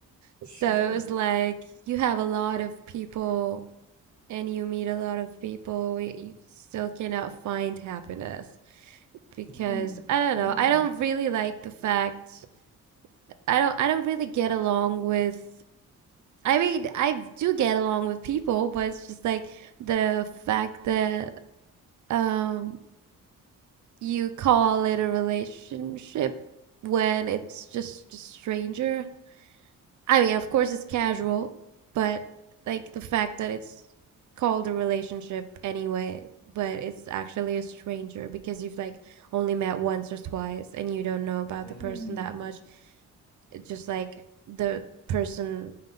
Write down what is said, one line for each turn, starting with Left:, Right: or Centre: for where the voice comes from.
Left: Sure.
Right: So it was like you have a lot of people and you meet a lot of people, you still cannot find happiness because
Left: Mm,
Right: I don't
Left: okay.
Right: know. I don't really like the fact I don't I don't really get along with I mean, I do get along with people, but it's just like the fact that um you call it a relationship when it's just a stranger. I mean, of course it's casual, but like the fact that it's called a relationship anyway, but it's actually a stranger because you've like only met once or twice and you don't know about
Left: Mm,
Right: the person that much. It's just like the person